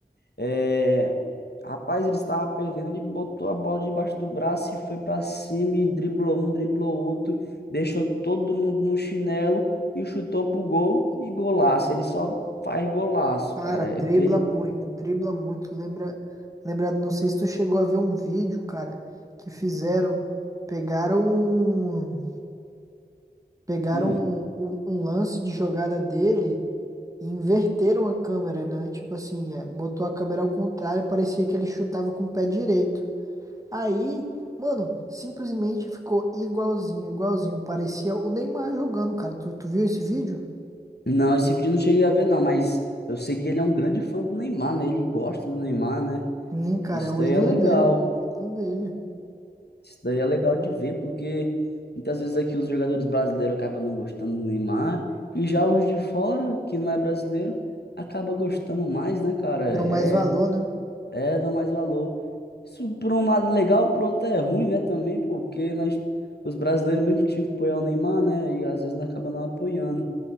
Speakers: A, on the left (about 75°); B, on the right (about 20°).
A: É, rapaz, ele estava perdendo, ele botou a bola debaixo do braço e foi para cima e driblou um, driblou outro, deixou todo mundo no chinelo e chutou pro gol e golaço. Ele só faz golaço,
B: Cara,
A: cara.
B: dribla
A: É aquele.
B: muito, dribla muito. Lembra, lembra, não sei se tu chegou a ver um vídeo, cara, que fizeram, pegaram, um- pegaram
A: Hum.
B: um, um- um lance de jogada dele e inverteram a câmera, né? Tipo assim, é, botou a câmera ao contrário, parecia que ele chutava com o pé direito. Aí, mano, simplesmente ficou igualzinho, igualzinho. Parecia o Neymar jogando, cara. Tu, tu viu esse vídeo?
A: Não, esse vídeo eu não cheguei a ver, não, mas eu sei que ele é um grande fã do Neymar, né? Ele gosta do Neymar, né?
B: Sim, cara,
A: Isso
B: é o
A: daí
B: ídolo
A: é legal.
B: dele, o ídolo dele.
A: Isso daí é legal de ver, porque muitas vezes aqui os jogadores brasileiros acabam não gostando do Neymar, e já os de fora, que não é brasileiro, acaba gostando mais, né, cara?
B: Dão
A: É,
B: mais valor, né?
A: é, dão mais valor. Isso por um lado é legal, por outro é ruim, né, também, pô, porque nós, os brasileiros mesmo que tinham que apoiar o Neymar, né, e às vezes não acaba não apoiando.